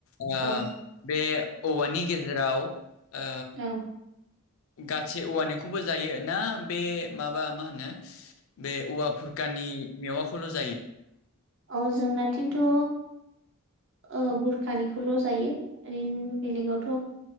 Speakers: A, on the left; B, on the right.
A: ओ
B: औ
A: बे औवानि गेजेराव ओ
B: औ
A: गाति औवानिखौबो जायो ना बे माबा मा होनो बे औवा फुरखानि मेवाखौल' जायो?
B: औ जोंना थिन्थु ओ बुरखानिखौल' जायो। ओरैनो बेलेगावथ'